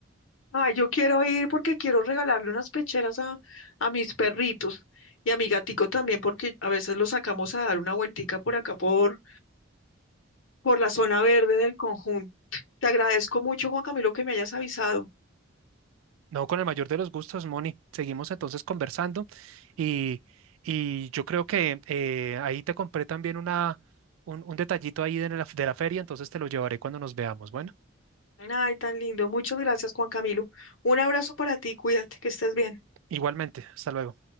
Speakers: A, on the left (about 70°); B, on the right (about 80°).
A: Ay, yo quiero ir porque quiero regalarle unas pecheras a, a mis perritos y a mi gatico también, porque a veces los sacamos a dar una vueltica por acá, por por la zona verde del conjunto. Te agradezco mucho, Juan Camilo, que me hayas avisado.
B: No, con el mayor de los gustos, Moni. Seguimos entonces conversando y, y yo creo que eh, ahí te compré también una, un, un detallito ahí de la, de la feria, entonces te lo llevaré cuando nos veamos. Bueno,
A: Ay, tan lindo. Muchas gracias, Juan Camilo. Un abrazo para ti, cuídate, que estés bien.
B: igualmente, hasta luego.